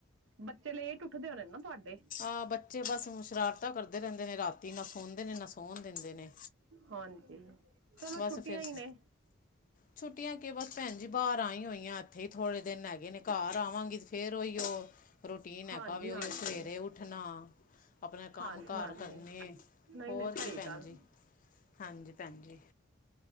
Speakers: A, on the right; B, on the left.
A: ਬੱਚੇ ਲੇਟ ਉਠਦੇ ਹੋਨੇ ਨਾ। ਤੁਹਾਡੇ
B: ਆ‌ ਬੱਚੇ ਬਸ ਸ਼ਰਾਰਤਾ ਕਰਦੇ ਰੇਂਦੇ ਨੇ। ਰਾਤੀ ਨਾ ਸੋਂਦੇ ਨੇ ਨਾ ਸੌਣ ਦਿੰਦੇ ਨੇ
A: ਹਾਂਜੀ। ਚਲੋ
B: ਬਸ
A: ਛੁੱਟੀਆਂ
B: ਫਿਰ
A: ਹੀ ਨੇ।
B: ਛੁੱਟੀਆਂ ਕੇ ਬਸ ਭੈਣ ਜੀ ਬਾਹਰ ਆਈ ਹੋਈ ਆ ਇਥੇ ਥੋੜੇ ਦਿਨ। ਘਰ ਆਵਾਂਗੀ ਫਿਰ ਉਹੀ, ਉਹ ਰੂਟੀਨ ਹੈਗਾ।
A: ਹਾਂਜੀ
B: ਉਹ
A: ਹਾਂਜੀ
B: ਸਵੇਰੇ ਉਠਣਾ। ਆਪਣਾ ਕੰਮ
A: ਹਾਂਜੀ
B: ਕਾਰ
A: ਹਾਂਜੀ
B: ਕਰਨੇ
A: ਨਹੀਂ
B: ਹੋਰ
A: ਨਹੀਂ ਸਹੀ
B: ਕੀ ਭੈਣ
A: ਗੱਲ
B: ਜੀ। ਹਾਂਜੀ। ਭੈਣਜੀ।